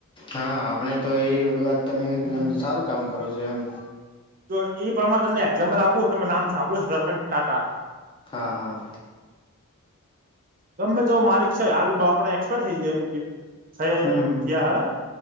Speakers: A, on the left; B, on the right.
A: હા આપણે તો એ વાત તમે એકદમ સારું કામ કરો છો એમ
B: તો એ પ્રમાણે તમને એક્ઝામ્પલ આપું તમે નામ સાંભળ્યું રતન ટાટા
A: હા હા.
B: ગમે તો માલિક છે, <unintelligible> એક્સપાયર થઈ જાય થયા
A: હમ હમ
B: થયા હે